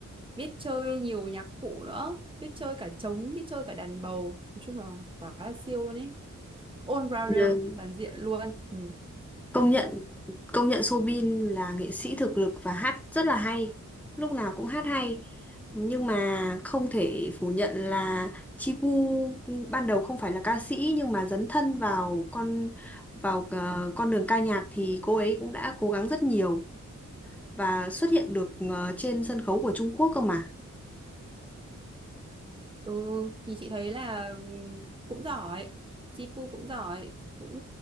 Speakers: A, on the right (about 15°); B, in the centre.
A: biết chơi nhiều nhạc cụ nữa, biết chơi cả trống, biết chơi cả đàn bầu. Nói chung là quá là siêu luôn ấy. all rounder
B: Bây giờ
A: toàn diện luôn ừ.
B: công nhận công nhận Soobin là nghệ sĩ thực lực và hát rất là hay, lúc nào cũng hát hay. Nhưng mà không thể phủ nhận là Chipu ban đầu không phải là ca sĩ nhưng mà dấn thân vào con vào ờ, con đường ca nhạc thì cô ấy cũng đã cố gắng rất nhiều và xuất hiện được ờ, trên sân khấu của Trung Quốc cơ mà.
A: ừ thì chị thấy là ừ, cũng giỏi Chipu cũng giỏi cũng